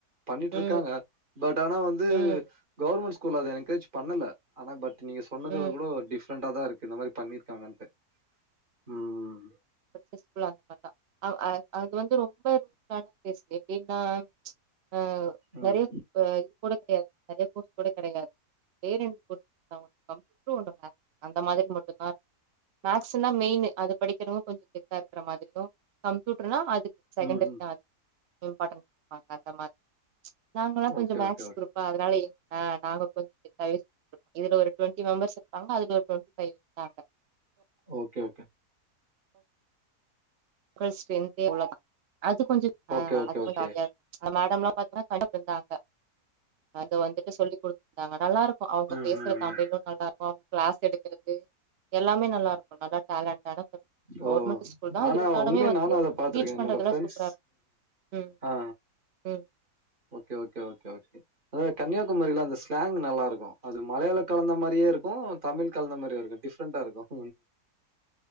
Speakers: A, on the right; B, on the right.
A: பண்ணிட்டு இருக்காங்க
B: ம்
A: பட் ஆனா வந்து
B: ம்
A: கவர்மெண்ட் ஸ்கூல் அதை எங்க்ரேஜ் பண்ணல ஆனா பட் நீங்க சொன்னதுல
B: ம்
A: கூட டிஃப்ரெண்டா தான் இருக்கு இந்த மாரி பண்ணி கவர்மெண்ட் உம்
B: <unintelligible> ஸ்கூல்ல அந்த மாதிரி தா அது வந்து ரொம்ப ர பீஸ் எப்டினா அ
A: ம்.
B: நெறயா டையிரி கூட கிடையாது நிறைய கோர்ஸ் கூட கிடையாது வேற என்ன கோர்ஸ் குடுத்தாங்க கம்யூட்டர் இந்த மேக்ஸ் அந்த மாதிரி மட்டும் தான் மேக்ஸ் தான் மெயினு அது படிக்கிறவங்க கொஞ்சம் கெத்தா இருக்குற மாதிரியும் கம்ப்யூட்டர்னா அதுக்கு செகண்டரி
A: ம். ம்.
B: தான் அது இம்பார்டன் குடுப்பாங்க அந்த மாதிரி நாங்களாம் கொஞ்சம்
A: ஓகே,
B: மேக்ஸ்
A: ஓகே, ஓகே.
B: குரூப்பு அப்ப அதனால ஆ நாங்க கொஞ்சம் த இதுல ஒரு ட்வென்டி மெம்பர்ஸ் இருப்பாங்க அதுல ஒரு ட்வெண்டி ஃபைவ் இருக்காங்க
A: ஓகே ஓகே
B: <unintelligible> அது கொஞ்சம் ஆ
A: ஓகே, ஓகே,
B: அது கொஞ்சம்
A: ஓகே.
B: அழையா அந்த மேடம் எல்லாம் பாத்தன்னா கண்டு இருந்தாங்க அங்க வந்துட்டு சொல்லி குடுத்துருந்தாங்க நல்லா இருக்கும் அவுங்க
A: ம்,
B: பேசுற
A: ம்,
B: தமிழும்
A: ம்.
B: நல்லா இருக்கும் அவுங்க கிளாஸ் எடுக்குறது எல்லாமே நல்லா இருக்கும் நல்லா டேலண்டான கவர்மெண்ட்
A: ஓ
B: ஸ்கூல் தான்
A: ஆனா
B: இருந்து பாடமே
A: உண்மையா
B: வந்து
A: நானு அத பாத்திருக்கே
B: டீச் பண்றதெல்லாம்
A: என்னோட ஃப்ரெண்ட்ஸ்
B: சூப்பராக இருக்கும் ம்
A: ஆ
B: ம்
A: ஓகே ஓகே ஓகே ஓகே அதாங்க கன்னியாகுமரியில அந்த ஸ்லாங் நல்லா இருக்கும் அது மலையாளம் கலந்த மாதிரியே இருக்கும் தமிழ் கலந்த மாதிரியே இருக்கும் டிஃப்ரண்டா இருக்கும்
B: <inaudible>